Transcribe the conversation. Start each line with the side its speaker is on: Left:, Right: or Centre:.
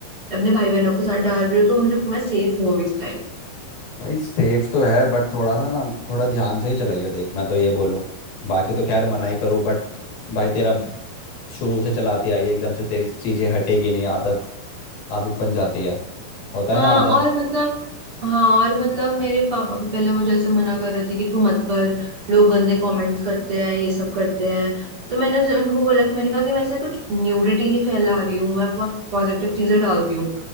Right: अपने भाई बहनों के साथ डाल रही हूँ तो मुझे मैं सेफ हूँ अभी इस
Left: भाई सेफ तो है बट थोड़ा सा ना थोड़ा ध्यान से ही चलाइयो देख मैं तो ये बोलूँ बाकी तो खैर मना ही करो बट भाई तेरा शुरू से चलाती आई है एकदम से तेरी चीज़ें हटेगी नहीं आदत आदत बन जाती है होता है
Right: हाँ
Left: ना आदत
Right: और मतलब हाँ और मतलब मेरे पापा भी पहले मुझे ऐसे मना कर रहे थे कि तू मत कर लोग गंदे कमेंट्स करते हैं ये सब करते हैं तो मैंने उसे- उनको बोला कि मैंने कहा कि मैं ऐसे कुछ न्यूडिटी नहीं फैला रही हूँ मैं बहुत पॉजिटिव चीजें डालती हूँ